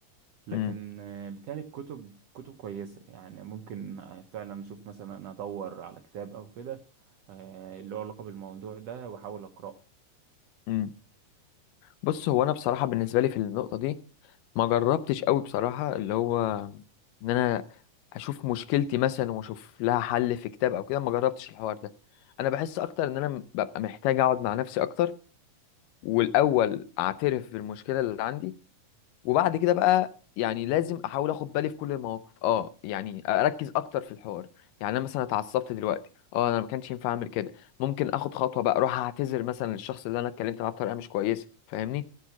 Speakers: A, on the right; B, on the left.
A: لكن
B: مم.
A: آه، بالتالي الكتب كتب كويسة يعني ممكن آه، فعلا أشوف مثلا أدور على كتاب أو كده آه، اللي هو علاقة بالموضوع ده وأحاول أقرأه
B: مم. بص هو انا بصراحة بالنسبة لي في النقطة دي ما جربتش قوي بصراحة اللي هو ان انا اشوف مشكلتي مثلا واشوف لها حل في كتاب او كده ما جربتش الحوار ده انا بحس اكتر ان انا ببقى محتاج اقعد مع نفسي اكتر والاول اعترف بالمشكلة اللي عندي وبعد كده بقى يعني لازم احاول اخد بالي في كل المواقف اه يعني اركز اكتر في الحوار يعني انا مثلا اتعصبت دلوقتي اه انا ما كانش ينفع اعمل كده ممكن اخد خطوة بقى اروح اعتذر مثلا للشخص اللي انا اتكلمت معاه بطريقة مش كويسة فاهمني